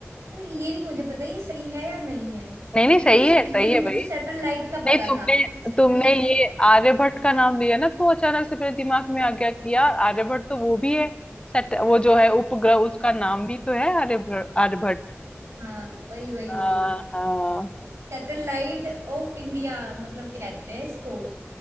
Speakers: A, on the right; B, on the left.
A: पर ये नहीं मुझे पता ये सही है या नहीं है
B: नहीं नहीं सही
A: ये
B: है सही
A: ये मुझको
B: है भाई
A: सैटेलाइट का
B: नहीं
A: पता
B: तुमने
A: था सैटेलाइट
B: तुमने ये
A: का
B: आर्यभट्ट का नाम लिया ना तो अचानक से मेरे दिमाग में आ गया कि यार आर्यभट्ट तो वो भी है सट, वो जो है उपग्रह उसका नाम भी तो है आर्यभट्ट आर्यभट्ट
A: हाँ वही वही
B: हाँ
A: वही
B: हाँ
A: सैटेलाइट ऑफ इंडिया मतलब कहते हैं इसको